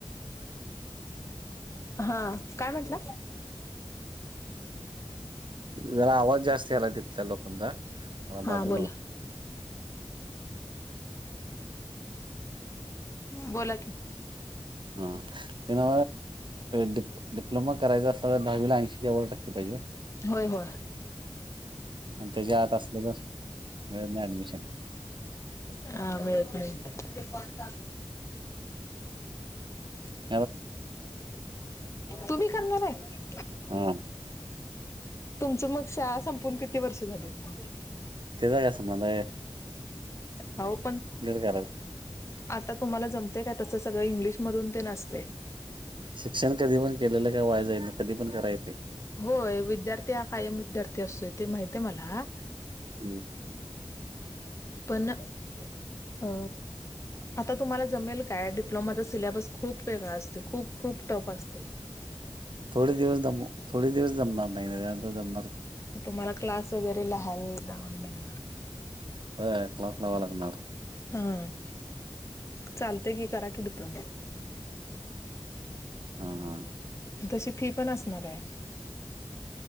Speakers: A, on the left (about 30°); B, on the right (about 60°).
A: हा काय म्हटलं
B: जरा आवाज जास्त आला तिथल्या लोकांचा जरा
A: हा
B: बाजूला
A: बोला बोला कि
B: हा ते ना डिप्लोमा करायं असल तर दहावी ऐंशीच्याव टक्केहिजे
A: होय होय
B: आणि त्याच्या आत असलं तर मिळेल ना ऍडमिशन
A: हा मिळत नाही कोण चाल
B: हम
A: तुम्ही करणार आहे
B: हा
A: तुमच मग शाळा संपून किती वर्ष झाली ना
B: ते जगसं म्हध
A: हो पण
B: करायचा
A: आता तुम्हाला जमतेय काय तसं सगळं इंग्लिशमधून ते नसते
B: शिक्षण कधी पण केलेलं काय व्हाय जाय नाही कधी पण करायेतं
A: होय विद्यार्थी हा कायम विद्यार्थी असतोय ते माहित आहे मला
B: हम्
A: पण अ आता तुम्हाला जमेल काय डिप्लोमाचा सिलेबस खूप खूप हंगा असते खूप खूप टप असते
B: थोडे दिवस जम थोडे दिवस जमणार नाही जमणार
A: मग तुम्हाला क्लास वगैरे लहाई लावा लागणार
B: होय क्लास लावा लागणार
A: हा चालत कि करा कि डिप्लोमा
B: हा हा
A: तशी फी पण असणार आहे